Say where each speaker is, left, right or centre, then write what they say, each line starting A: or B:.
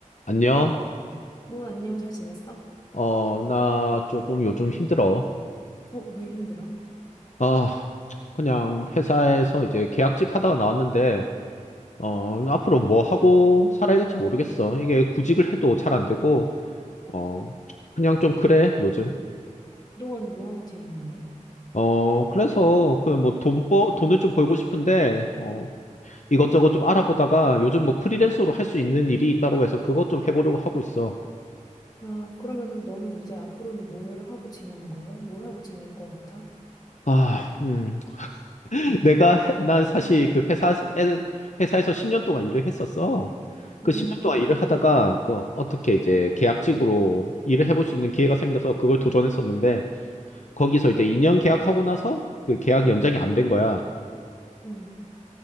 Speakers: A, on the left (about 65°); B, on the left (about 30°).
A: 안녕.
B: 어, 안녕, 잘 지냈어?
A: 어, 나 조금 요즘 힘들어.
B: 어, 왜 힘들어?
A: 아, 그냥 회사에서 이제 계약직 하다가 나왔는데, 어, 앞으로 뭐 하고 살아야 될지 모르겠어. 이게 구직을 해도 잘 안 되고, 어, 그냥 좀 그래, 요즘.
B: 그동안은 뭐 하고 지냈는데?
A: 어, 그래서 그 뭐 돈 버, 돈을 좀 벌고 싶은데, 어, 이것저것 좀 알아보다가 요즘 뭐 프리랜서로 할 수 있는 일이 있다고 해서 그것 좀 해보려고 하고 있어.
B: 아, 그러면은 너는 이제 앞으로는 뭘 하고 지내는 거야? 뭘 하고 지낼 것 같아?
A: 아, 음. 내가 해- 난 사실 그 회사 회사에서 10년 동안 일을 했었어. 그
B: 어,
A: 10년 동안 일을 하다가 그 어떻게 이제 계약직으로 일을 해볼 수 있는 기회가 생겨서 그걸 도전했었는데 거기서 이제 2년 계약하고 나서 그 계약 연장이 안 된 거야.
B: 음,